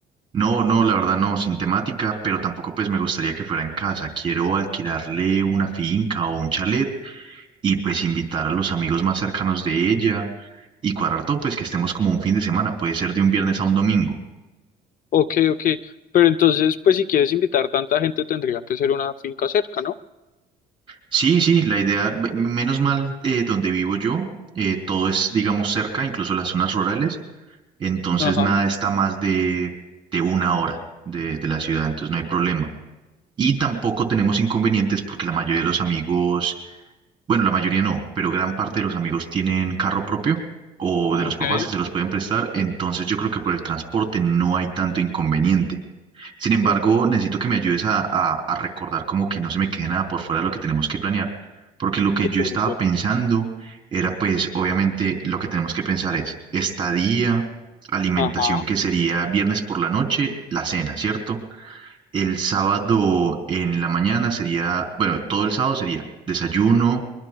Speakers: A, on the right; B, on the left.
A: No, no, la verdad no, sin temática, pero tampoco pues me gustaría que fuera en casa. Quiero alquilarle una finca o un chalet y pues invitar a los amigos más cercanos de ella y cuadrar todo, pues que estemos como un fin de semana, puede ser de un viernes a un domingo.
B: Ok, ok, pero entonces, pues si quieres invitar tanta gente tendría que ser una finca cerca, ¿no?
A: Sí, sí, la idea, me- menos mal, eh, donde vivo yo, eh, todo es, digamos, cerca, incluso las zonas rurales, entonces
B: Ajá,
A: nada está más de, de una hora de, de la ciudad, entonces no hay problema. Y tampoco tenemos inconvenientes porque la mayoría de los amigos, bueno, la mayoría no, pero gran parte de los amigos tienen carro propio o de
B: ok,
A: los papás que se los pueden prestar, entonces yo creo que por el transporte no hay tanto inconveniente. Sin embargo,
B: ok,
A: necesito que me ayudes a, a- a recordar como que no se me quede nada por fuera de lo que tenemos que planear, porque lo que
B: ok,
A: yo
B: ok,
A: estaba pensando era pues obviamente lo que tenemos que pensar es estadía, alimentación
B: ajá,
A: que sería viernes por la noche, la cena, ¿cierto? El sábado en la mañana sería, bueno, todo el sábado sería desayuno,